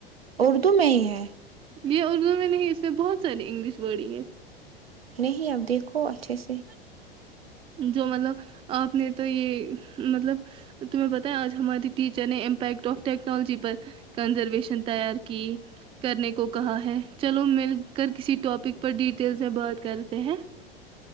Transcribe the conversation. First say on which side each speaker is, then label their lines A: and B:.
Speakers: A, on the right; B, on the right.
A: اردو میں ہی ہے
B: یے اردو میں نہیں اس میں بہت ساری انگلش ورڈ ہی ہیں
A: نہیں اب دیکھو اچھے سے
B: جو مطلب آپ نے تو یے مطلب تمہیں بتائیں آج ہماری ٹیچر نے امپیکٹ آف ٹیکنالوجی پر کنزرویشن تیار کی کرنے کو کہا ہے چلو مل کر کسی ٹاپک پر ڈیٹیلس میں بات کرتے ہیں